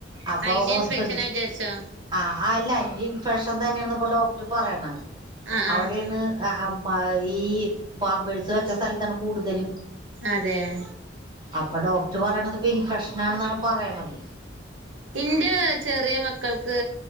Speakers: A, on the right (about 25°); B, on the right (about 90°).
A: അപ്പൊ
B: അയിന്റെ
A: ഹോസ്പിറ്റൽ
B: ഇൻഫെക്ഷനാ വിചാരിച്ചോ
A: ആഹ് അല്ല അയിന്റെ ഇൻഫെക്ഷൻ തന്നെയാണെന്ന് ഇപ്പൊ ഡോക്ടറ് പറയണത്
B: ആഹ്
A: അവിടെയാണ്
B: ആഹ്
A: ആഹ് ആഹ് പാ ഈ പാമ്പേഴ്സ് വെച്ച സ്ഥലത്താണ് കൂടുതലും
B: അതെ
A: അപ്പൊ ഡോക്ടറ് പറയണത് ഇപ്പൊ ഇൻഫെക്ഷനാണെന്നാണ് പറയണത്
B: ഇന്റെ ചെറിയ മക്കൾക്ക്